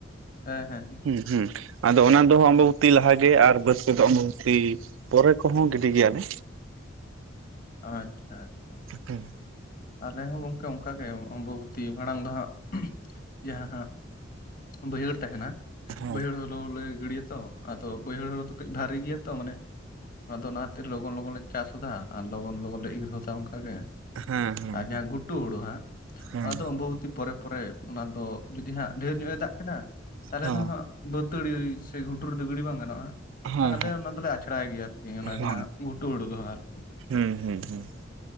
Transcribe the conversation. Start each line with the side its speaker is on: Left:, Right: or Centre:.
Left: ᱦᱮᱸ ᱦᱮᱸ ᱦᱮᱸ
Right: ᱦᱩᱸ ᱦᱩᱸ ᱟᱫᱚ ᱚᱱᱟ ᱫᱚᱦᱚ ᱟᱢᱵᱚᱵᱩᱛᱤ ᱞᱟᱦᱟ ᱜᱮ ᱟᱨ ᱵᱟᱹᱫᱽ ᱠᱚᱫᱚ ᱟᱢᱵᱚᱵᱩᱛᱤ ᱯᱚᱨᱮ ᱠᱚᱦᱚᱸ ᱜᱤᱰᱤ ᱜᱮᱭᱟᱞᱮ
Left: ᱟᱪᱪᱷᱟ ᱟᱪᱪᱷᱟ
Right: ᱦᱩᱸ
Left: ᱟᱞᱮ ᱦᱚᱸ ᱜᱚᱝᱠᱮ ᱚᱝᱠᱟᱜᱮ ᱚᱢᱵᱚᱵᱚᱛᱤ ᱢᱟᱲᱟᱝ ᱫᱚ ᱦᱟᱸᱜ ᱡᱟᱦᱟᱸ ᱦᱟᱸᱜ ᱵᱟᱹᱭᱦᱟᱹᱲ ᱛᱟᱦᱮᱱᱟ
Right: ᱦᱮᱸ
Left: ᱵᱟᱹᱭᱦᱟᱹᱲ ᱦᱳᱲᱳ ᱞᱮ ᱜᱤᱰᱤᱭᱟᱛᱚ ᱟᱫᱚ ᱵᱟᱹᱭᱦᱟᱹᱲ ᱦᱳᱲᱳ ᱫᱚ ᱠᱟᱺᱡ ᱵᱷᱟᱨᱤ ᱜᱮᱭᱟ ᱛᱚ ᱢᱟᱱᱮ ᱚᱱᱟ ᱫᱚ ᱚᱱᱟ ᱠᱷᱟᱹᱛᱤᱨ ᱞᱚᱜᱚᱱ ᱞᱚᱜᱚᱱ ᱞᱮ ᱪᱟᱥᱫᱟ ᱟᱨ ᱞᱚᱜᱚᱱ ᱞᱚᱜᱚᱱ ᱞᱮ ᱤᱨ ᱦᱚᱫᱟ ᱚᱝᱠᱟᱜᱮ
Right: ᱦᱮᱸ ᱦᱮᱸ
Left: ᱟᱨ ᱡᱟᱦᱟᱸ ᱜᱷᱩᱴᱩ ᱦᱩᱲᱩ ᱦᱟᱸᱜ
Right: ᱦᱮᱸ
Left: ᱚᱱᱟ ᱫᱚ ᱚᱢᱵᱚᱵᱚᱛᱤ ᱯᱚᱨᱮ ᱛᱟᱯᱚᱨᱮ ᱚᱱᱟ ᱫᱚ ᱡᱩᱫᱤ ᱦᱟᱸᱜ ᱰᱷᱮᱨ ᱧᱚᱜ ᱮ ᱫᱟᱜ ᱠᱮᱫᱟ ᱛᱟᱦᱞᱮ
Right: ᱦᱚᱸ
Left: ᱫᱚ ᱦᱟᱸᱜ ᱵᱟᱹᱛᱟᱹᱲᱤ ᱥᱮ ᱜᱷᱩᱴᱩᱨᱩ ᱨᱮᱫᱚ ᱜᱟᱹᱰᱤᱤ ᱵᱟᱝ ᱜᱟᱱᱚᱜᱼᱟ
Right: ᱦᱚᱸ
Left: ᱛᱟᱦᱞᱮ ᱚᱱᱟ ᱫᱚᱞᱮ ᱟᱪᱷᱲᱟᱭ ᱜᱮᱭᱟ ᱟᱨᱠᱤ
Right: ᱦᱚᱸ
Left: ᱚᱱᱟ ᱡᱟᱦᱟᱸ ᱜᱷᱩᱴᱩ ᱦᱩᱲᱩ ᱫᱚ ᱦᱟᱸᱜ ᱟᱨᱠᱤ
Right: ᱦᱩᱸ ᱦᱩᱸ ᱦᱩᱸ